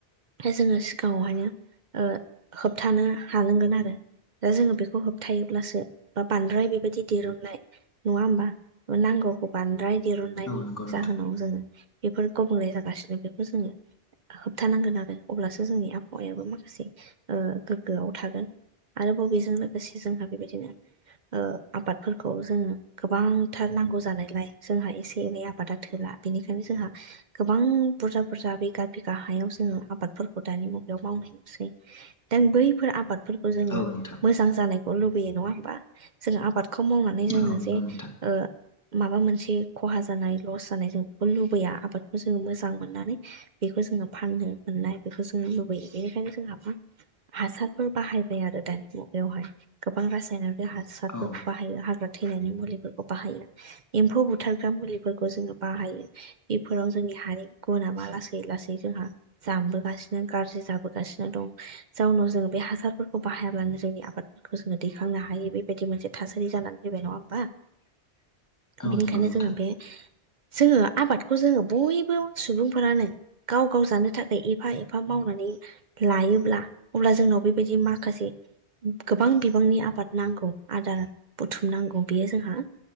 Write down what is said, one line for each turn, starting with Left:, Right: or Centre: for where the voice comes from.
Right: दा जोङो सिगाङावहायनो ओ होबथानो हानांगोन आरो दा जोङो बेखौ होबथायोब्लासो बा बांद्राय बेबायदि दिरुननाय नङा होमबा नांगौखौ बांद्राय दिरुननायनि
Left: औ नंगौ
Right: जाहोनाव जोङो बेफोर गुबुंले जागासिनो बेखौ जोङो होबथानांगोन आरो अब्लासो जोंनि आबहावायाबो माखासे ओ गोग्गोआव थागोन आरो बबेजों लोगोसे जोंहा बेबायदिनो ओ आबादफोरखौ जोङो गोबांथार नांगौ जानायलाय जोंहा एसे एनै आबादा थोला बेनिखायनो जोंहा गोबां बुरजा बुरजा बिगा बिगा हायाव जोङो आबाद फोरखौ दानि मुगायाव मावनाय नुसै दा बैफोर आबादफोरखौ
Left: नोंथां
Right: जोङो
Left: औ नोंथां
Right: मोस जां जानायखौ लुबैयो नङा होमबा जों आबादखौ मावनानै जोङो
Left: औ नंगौ नोंथां
Right: जे ओ माबा मोनसे खहा जानाय लस जानाय जों बेखौ लुबैया आबादखौ जों मोजां मोननानै बेखौ जोङो फाननो मोननाय बेखौ जों लुबैयो बेनिखायनो जोंहा हासारफोर बाहायबाय आरो दानि मुगायावहाय गोबां रासायनारि हा सारफोरखौ
Left: औ
Right: बाहायो हाग्रा थैनायनि मुलिफोर खौ बाहायो एम्फौ बुथारग्रा मुलिफोरखौ जोङो बाहायो। बेफोराव जोंनि हानि गुना बा लासै लासै जोंहा जामबोगासिनो गाज्रि जाबोगासिनो दं। जाउनाव जोङो बे हासारफोरखौ बाहायाब्लानो जोंनि आबाद खौ जोङो दैखांनो हायो बेबायदि मोनसे थासारि जानानै फैबाय नङा होमबा।
Left: <inaudible>
Right: बिनिखायनो
Left: नोंथां
Right: जोङो बे जोङो आबादखौ जोङो बयबो सुबुंफोरानो गाव गाव जानो थाखाय एफा एफा मावनानै लायोब्ला अब्ला जोंनाव बेबायदि माखासे गोबां बिबांनि आबाद नांगौ आदार बुथुम नांगौ बेयो जोंहा